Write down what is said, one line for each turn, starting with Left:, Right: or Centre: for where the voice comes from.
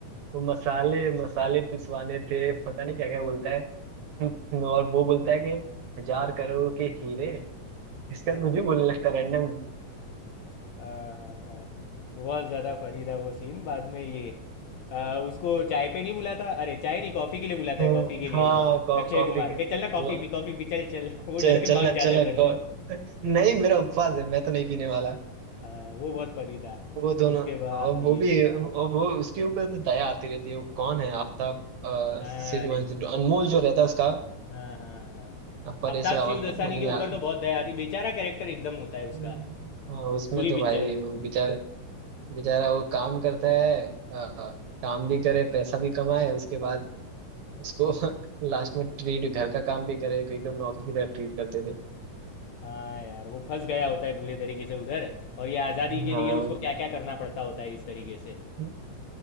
Right: वो मसाले मसाले पिसवाने थे पता नहीं क्या क्या बोलता है <laughs> और वो बोलता है कि हजार करोड़ के हीरे इसका
Left: हाँ
Right: तो कुछ भी बोलने लगता है रैंडम
Left: हाँ हाँ हाँ। बहुत ज़्यादा फनी था वो सीन बाद में ये आ, उसको चाय पे नहीं बुलाता अरे चाय नहीं कॉफ़ी के लिए बुलाता
Right: हाँ
Left: है कॉफ़ी के लिए
Right: हाँ,
Left: वो
Right: कॉ-
Left: अक्षय
Right: कॉफी
Left: कुमार
Right: के
Left: के चल ना कॉफ़ी
Right: वो
Left: पी कॉफ़ी पी चल चल वो
Right: च-
Left: डर के
Right: चलना
Left: भाग
Right: चलना
Left: जाता है उधर
Right: कॉ-
Left: से
Right: नहीं मेरा उपवास है मैं तो नहीं पीने वाला
Left: हाँ वो बहुत फनी था
Right: वो दोनों
Left: उसके बाद
Right: और वो
Left: ये
Right: भी और वो उसके ऊपर तो दया आती रहती है वो कौन है आफताब अ,
Left: हाँ
Right: सिद्धू
Left: यार
Right: एंड सिद्धू अनमोल जो रहता है उसका
Left: हाँ हाँ हाँ
Right: परेश
Left: आफ्ताब
Right: रावल
Left: शिवदसानी
Right: का मंगना
Left: के ऊपर तो बहुत दया आती बेचारा कैरेक्टर एकदम होता है उसका
Right: हाँ उसमें
Left: पूरी
Right: तो
Left: पिक्चर
Right: भाई
Left: में
Right: वो बेचारे बेचारा वो काम करता है अ, काम भी करे पैसा भी कमाए उसके बाद उसको <laughs> लास्ट में ट्रीट घर का काम भी करे को एकदम नौकरी की तरह ट्रीट करते थे
Left: हाँ यार वो फंस गया होता है पूरे तरीके से उधर और ये आज़ादी के
Right: हाँ
Left: लिए उसको क्या क्या करना पड़ता होता है इस तरीके से
Right: हम्म।